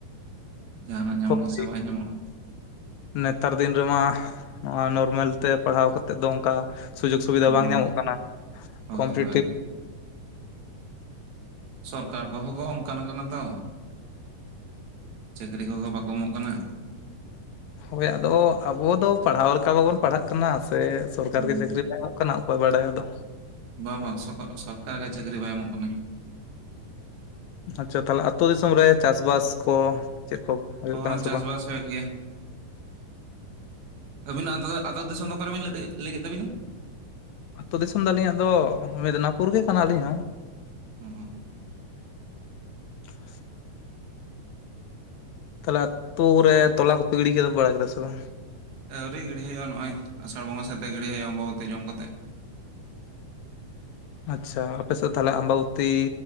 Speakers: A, on the right (about 60°); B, on the left (about 75°).
A: ᱡᱟᱦᱟᱱᱟᱜ ᱧᱟᱢᱚᱜᱼᱟᱥᱮ
B: ᱦᱳᱭ
A: ᱵᱟᱭ ᱧᱟᱢᱚᱜᱼᱟ
B: ᱱᱮᱛᱟᱨ ᱫᱤᱱ ᱨᱮᱢᱟ ᱱᱚᱣᱟ ᱱᱚᱨᱢᱮᱞ ᱛᱮ ᱯᱟᱲᱦᱟᱣ ᱠᱟᱛᱮᱮᱫ ᱫᱚ ᱚᱱᱠᱟ ᱥᱩᱡᱳᱜᱽ ᱥᱩᱵᱤᱫᱷᱟ
A: ᱦᱩᱸ
B: ᱵᱟᱝ ᱧᱟᱢᱚᱜ ᱠᱟᱱᱟ
A: ᱦᱳᱭ
B: ᱠᱚᱢᱯᱤᱴᱤᱴᱤᱵᱷ
A: ᱦᱳᱭ ᱥᱚᱨᱠᱟᱨ ᱠᱚᱦᱚᱸ ᱠᱚ ᱚᱱᱠᱟᱱ ᱠᱟᱱᱟ ᱛᱚ ᱪᱟᱹᱠᱨᱤ ᱠᱚᱦᱚᱸ ᱵᱟᱠᱚ ᱮᱢᱚᱜ ᱠᱟᱱᱟ
B: ᱦᱳᱭ ᱟᱫᱚ ᱟᱵᱚ ᱫᱚ ᱯᱟᱲᱦᱟᱣ ᱞᱮᱠᱟ ᱵᱟᱵᱚᱱ ᱯᱟᱲᱦᱟᱜ ᱠᱟᱱᱟ ᱥᱮ ᱥᱚᱨᱠᱟᱨ
A: ᱦᱩᱸ
B: ᱜᱮ ᱪᱟᱹᱠᱨᱤ ᱵᱟᱝ ᱮᱢᱚᱜ ᱠᱟᱱᱟ ᱠᱚ ᱵᱟᱰᱟᱭ ᱟ ᱫᱚ
A: ᱵᱟᱝ ᱵᱟᱝ ᱥᱚᱨᱠᱟᱨ ᱜᱮ ᱪᱟᱹᱠᱨᱤ ᱵᱟᱭ ᱮᱢᱚᱜ ᱠᱟᱱᱟ
B: ᱟᱪᱪᱷᱟ ᱛᱟᱦᱞᱮ ᱟᱹᱛᱩ ᱫᱤᱥᱚᱢ ᱨᱮ ᱪᱟᱥᱵᱟᱥ ᱠᱚ ᱪᱮᱫ ᱠᱚ ᱦᱩᱭᱩᱜ
A: ᱦᱚᱸ
B: ᱠᱟᱱᱟ ᱥᱮ
A: ᱪᱟᱥᱵᱟᱥ
B: ᱵᱟᱝ
A: ᱦᱩᱭᱩᱜ ᱜᱮᱭᱟ ᱟᱹᱵᱤᱱᱟᱜ ᱟᱹᱛᱩ ᱫᱤᱥᱚᱢ ᱫᱚ ᱚᱠᱟᱨᱮ ᱵᱮᱱ ᱞᱮᱟᱹᱭ ᱠᱮᱫ ᱛᱟᱵᱤᱱᱟ
B: ᱟᱹᱛᱩ ᱫᱤᱥᱚᱢ ᱫᱚ ᱟᱹᱞᱤᱧᱟᱜ ᱫᱚ ᱢᱮᱫᱽᱱᱟᱯᱩᱨ ᱜᱮ ᱠᱟᱱᱟ ᱟᱹᱞᱤᱧ ᱦᱚᱸ
A: ᱦᱩᱸ
B: <inaudible> ᱛᱟᱦᱞᱮ ᱟᱹᱛᱩ ᱨᱮ ᱛᱚᱞᱟ ᱠᱚ ᱜᱤᱰᱤ ᱠᱮᱫᱟ ᱵᱟᱲᱟ ᱠᱮᱫᱟ ᱥᱮ ᱵᱟᱝ
A: ᱟᱹᱣᱨᱤ ᱜᱤᱲᱤᱡ ᱦᱩᱭᱩᱜᱼᱟ ᱱᱚᱜᱼᱚᱭ ᱟᱥᱟᱲ ᱵᱚᱸᱜᱟ ᱥᱮᱛ ᱜᱤᱲᱤ ᱦᱩᱭᱩᱜᱼᱟ ᱚᱢᱵᱟᱵᱚᱛᱤ ᱡᱚᱢ ᱠᱟᱛᱮᱜ
B: ᱟᱪᱪᱷᱟ ᱟᱯᱮᱥᱮᱫ ᱛᱟᱦᱚᱞᱮ ᱟᱢᱵᱟᱵᱛᱤᱤ